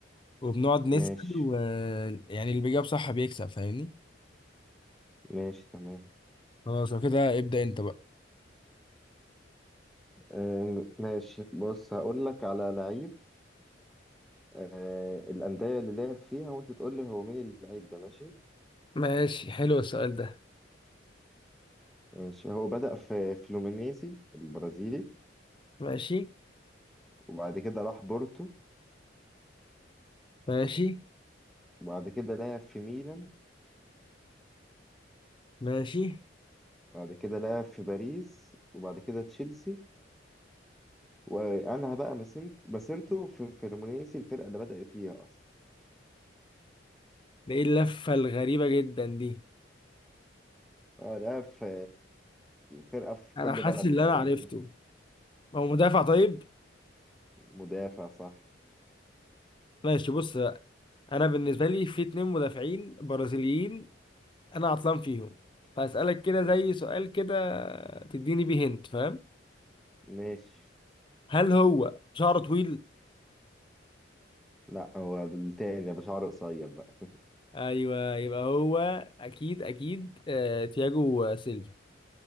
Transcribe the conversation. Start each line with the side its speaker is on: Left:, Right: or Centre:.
Left: وبنقعد نسال
Centre: ماشي
Left: و يعني اللي بيجاوب صح بيكسب فاهمني
Centre: ماشي تمام
Left: خلاص لو كده ابدا انت بقى
Centre: أم، ماشي بص هقول لك على لعيب أه، الأندية اللي لعب فيها وانت تقول لي هو مين اللعيب ده ماشي
Left: ماشي حلو السؤال ده
Centre: ماشي هو بدأ في فلومينيزي البرازيلي
Left: ماشي
Centre: وبعد كده راح بورتو
Left: ماشي
Centre: وبعد كده لعب في ميلان
Left: ماشي
Centre: وبعد كده لعب في باريس وبعد كده تشيلسي وانهى بقى مسيرت- مسيرته في فلومينيسي الفرقه اللي بدأ فيها اصلا
Left: ده ايه اللفه الغريبه جدا دي
Centre: اه ده في فرقه في
Left: انا
Centre: كل
Left: حاسس
Centre: بلد
Left: ان
Centre: تقريبا
Left: انا عرفته هو مدافع طيب
Centre: مدافع صح
Left: ماشي بص انا بالنسبه لي في اتنين مدافعين برازيليين انا عطلان فيهم فاسالك كده زي سؤال كده تديني بيه هنت فاهم
Centre: ماشي
Left: هل هو شعره طويل
Centre: لا هو التاني ابو شعر قصير بقى
Left: ايوه يبقى هو اكيد اكيد آه تياجو سيلفا